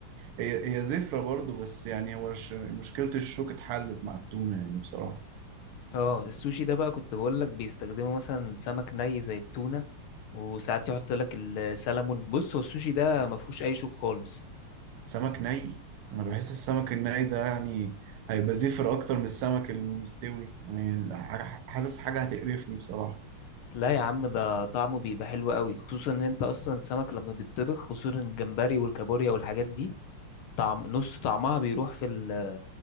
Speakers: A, on the right (about 80°); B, on the left (about 75°).
A: هي هي زفرة برضو بس يعني هو ش- مشكلة الشوك اتحلت مع التونة يعني بصراحة
B: اه السوشي ده بقى كنت بقول لك بيستخدموا مثلا سمك ني زي التونة وساعات يحط لك السلمون بص هو السوشي ده ما فيهوش أي شوك خالص
A: سمك ني انا بحس السمك الني ده يعني هيبقى زفر اكتر من السمك المستوي يعني ح- حاسس حاجة هتقرفني بصراحة
B: لا يا عم ده طعمه بيبقى حلو قوي خصوصا ان انت اصلا السمك لما بيتطبخ خصوصا الجمبري والكابوريا والحاجات دي طعم نص طعمها بيروح في ال